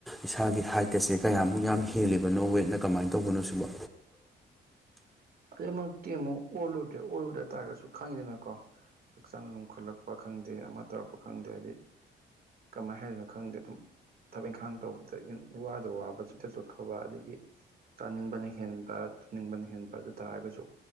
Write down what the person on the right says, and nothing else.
ꯑꯗꯨꯩꯃꯛꯇꯤ ꯑꯃꯨꯛ ꯑꯣꯜꯂꯨꯗ꯭ꯔꯦ ꯑꯣꯜꯂꯨꯗ ꯇꯥꯔꯒꯁꯨ ꯈꯪꯉꯤꯗꯅꯀꯣ ꯍꯛꯆꯥꯡ ꯂꯨꯝꯈꯠꯂꯛꯄ ꯈꯪꯗꯦ ꯑꯃ ꯇꯧꯔꯛꯄ ꯈꯪꯗꯦ ꯍꯥꯏꯗꯤ ꯀꯃꯥꯏ ꯍꯥꯏꯗꯣꯏꯅꯣ ꯈꯪꯗꯦ ꯑꯗꯨꯝ ꯊꯕꯛ ꯏꯪꯈꯥꯡ ꯇꯧꯕꯗ ꯋꯥꯗ ꯋꯥꯕ ꯆꯤꯊ ꯆꯣꯛꯊꯣꯛꯕ ꯑꯗꯒꯤ ꯆꯥꯅꯤꯡꯕꯅ ꯍꯦꯟꯕ ꯇꯨꯅꯤꯡꯕꯅ ꯍꯦꯟꯕ ꯑꯗꯨ ꯇꯥꯔꯒꯁꯨ